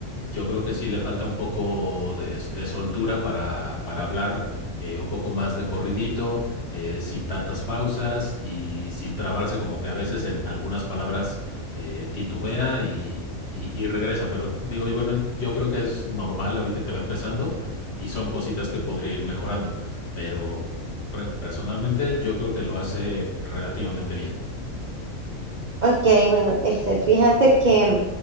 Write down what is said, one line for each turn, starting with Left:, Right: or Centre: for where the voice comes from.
Left: Yo creo que sí le falta un poco de, de soltura para, para hablar eh, un poco más de corridito, eh, sin tantas pausas y sin trabarse como que a veces en algunas palabras eh, titubea y, y- y regresa. Pero digo, bueno, yo creo que es normal ahorita que va empezando y son cositas que podría ir mejorando. Pero pre- personalmente yo creo que lo hace relativamente bien.
Right: Ok, bueno, este, fíjate que, o